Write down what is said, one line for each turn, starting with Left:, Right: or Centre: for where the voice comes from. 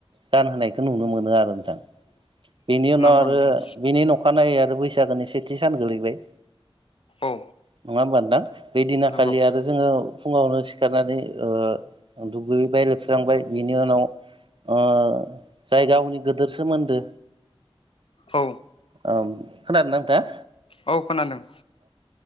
Right: गानहोनायखौ नुनो मोनो आरो नोंथां बेनि उनाव
Left: नंगौ
Right: आरो
Left: नोंथां
Right: बिनि न'ख अखानायै आरो बैसागोनि सेथि सान गोलैबाय
Left: औ
Right: नङा होमबा नोथां बे दिना
Left: नंगौ
Right: खालि आरो जोङो फुङावनो सिखारनानै ओ दुगैयैबाय लोबस्रांबाय बिनि उनाव ओ जाय गावनि गिदेर सोमोन्दो
Left: औ
Right: खोनादोना नोंथांङा
Left: औ खोनादों